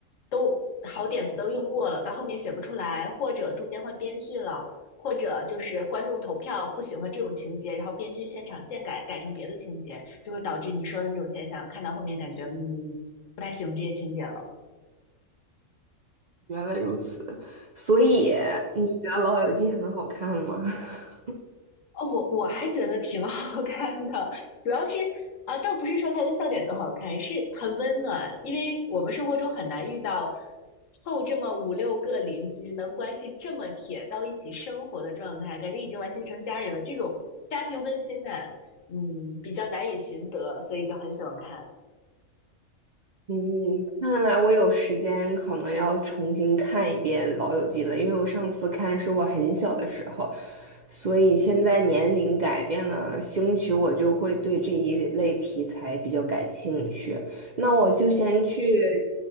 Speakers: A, on the left; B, on the right.
A: 都好点子都用过了，到后面写不出来，或者中间换编剧了，或者就是观众投票不喜欢这种情节，然后编剧现场现改，改成别的情节。就会导致你说的那种现象，看到后面感觉，嗯，不太喜欢这些情节了。
B: 原来如此，所以你觉得《老友记》很好看吗？
A: 嗯
B: <laughs>
A: 哦，我我还觉得挺 <laughs> 好看的，主要是啊，倒不是说他的笑点多好看，是很温暖，因为我们生活中很难遇到凑这么五六个邻居能关系这么铁到一起生活的状态，感觉已经完全成家人了，这种家庭温馨感，嗯，比较难以寻得，所以就很喜欢看。
B: 嗯，看来我有时间可能要重新看一遍《老友记》了，因为我上次看是我很小的时候，所以现在年龄改变了，兴许我就会对这一类题材比较感兴趣。那我就先去